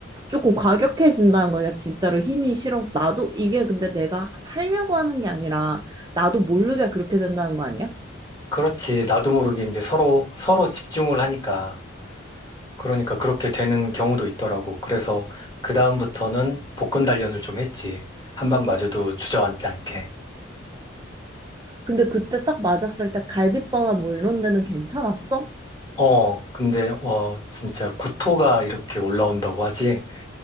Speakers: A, on the right; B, on the left.
A: 조금 과격해진다는 거냐. 진짜로 힘이 실어서 나도 이게 근데 내가 하려고 하는 게 아니라 나도 모르게 그렇게 된다는 거 아니야?
B: 그렇지. 나도 모르게 이제 서로 서로 집중을 하니까 그러니까 그렇게 되는 경우도 있더라고. 그래서 그다음부터는 복근 단련을 좀 했지. 한 방 맞아도 주저앉지 않게.
A: 근데 그때 딱 맞았을 때 갈비뼈나 뭐 이런 데는 괜찮았어?
B: 어, 근데 어 진짜 구토가 이렇게 올라온다고 하지.